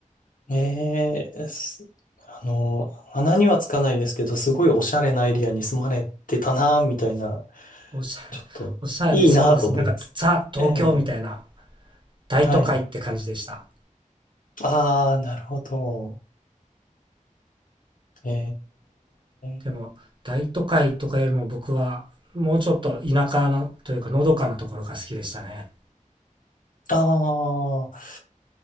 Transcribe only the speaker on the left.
ええ、ええすあの、穴にはつかないですけど、すごいおしゃれなエリアに住まれてたな、みたいな、
ちょっと、
いいなと思います。
ええ、
はい。ああ、なるほど。え
え、
ああ。